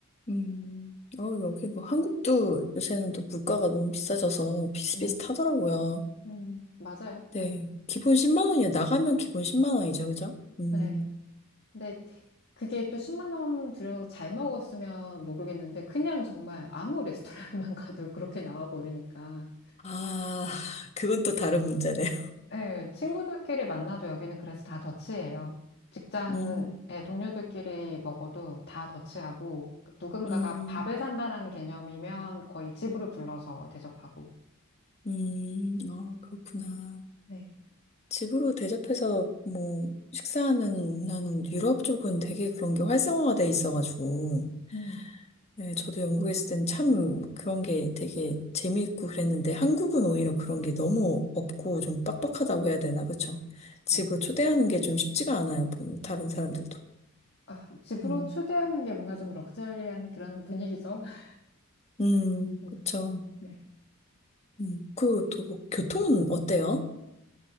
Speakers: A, on the left; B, on the left.
A: 음, 어, 여기 뭐 한국도 요새는 또 물가가 너무 비싸져서 비슷비슷하더라고요.
B: 네. 음, 맞아요.
A: 네. 기본 10만 원이야. 나가면 기본 10만 원이죠. 그죠? 음.
B: 네. 근데 그게 또 10만 원 들여서 잘 먹었으면 모르겠는데 그냥 정말 아무 레스토랑만 <laughs> 가도 그렇게 나와 버리니까.
A: 아, 그건 또 다른 문제네요.
B: 예, 친구들끼리 만나도 여기는 그래서 다 더치예요. 직장은
A: 음,
B: 예, 동료들끼리 먹어도 다 더치하고 누군가가
A: 음,
B: 밥을 산다라는 개념이면 거의 집으로 불러서 대접하고.
A: 음, 아, 그렇구나.
B: 네.
A: 집으로 대접해서 뭐 식사하는 문화는 유럽 쪽은 되게 그런 게 활성화가 돼 있어가지고.
B: 음.
A: 네, 저도 연구했을 땐 참 그런 게 되게 재미있고 그랬는데 한국은 오히려 그런 게 너무 없고 좀 빡빡하다고 해야 되나, 그쵸? 집으로
B: 예.
A: 초대하는 게 좀 쉽지가 않아요, 본- 다른 사람들도.
B: 아, 집으로
A: 음,
B: 초대하는 게 뭔가 좀 럭셔리한 그런 분위기죠. <laughs>
A: 음,
B: 음,
A: 그쵸.
B: 네.
A: 음, 그리고 또 교통은 어때요?